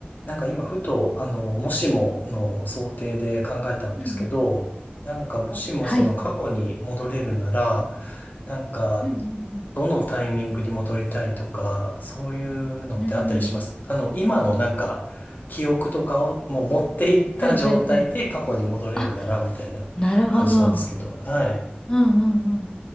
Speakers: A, on the left (about 50°); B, on the left (about 20°).
A: なんか今ふと、あの、もしもの想定で考えたんですけど、
B: うんうん。
A: なんかもしもその過去に戻れるなら、
B: はい。
A: なんか
B: うんうん
A: どのタイミングに戻りたいとか、そういうのってあったりしますあの、
B: うん。うん。
A: 今のなんか記憶とかをもう持っていった状態で過去に戻れるならみたいな感じなんですけど、
B: はいはいはい。あ、なるほど。
A: はい。
B: うんうんうん。